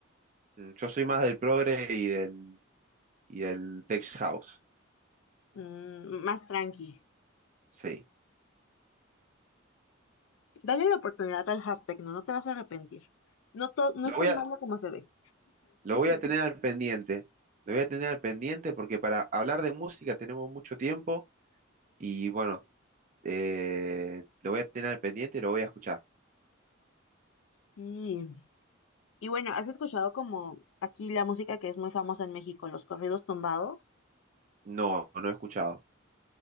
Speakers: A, on the right (about 40°); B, on the left (about 80°).
A: Mm, Yo soy más del progre y del y del tech house.
B: Mm, más tranqui.
A: Sí.
B: Dale la oportunidad al hard techno, no te vas a arrepentir. No, to- no
A: Lo
B: es
A: voy
B: tan
A: a,
B: malo como se ve.
A: lo voy a tener al pendiente. Lo voy a tener al pendiente porque para hablar de música tenemos mucho tiempo y bueno, eh, lo voy a tener al pendiente y lo voy a escuchar.
B: Sí. y bueno, ¿has escuchado como aquí la música que es muy famosa en México, los corridos tumbados?
A: No, no he escuchado.